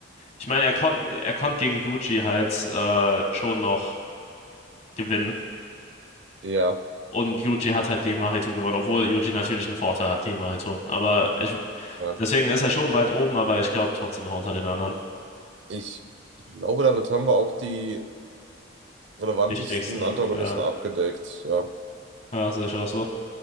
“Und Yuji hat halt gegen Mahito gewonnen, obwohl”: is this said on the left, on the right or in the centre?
Left